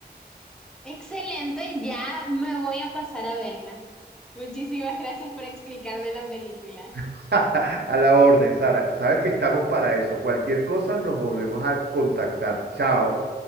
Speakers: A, in the centre; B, on the right.
A: Excelente, ya me voy a pasar a verla. Muchísimas gracias por explicarme la película.
B: <laughs> A la orden, Sara. Sabes que estamos para eso. Cualquier cosa nos volvemos a contactar. Chao.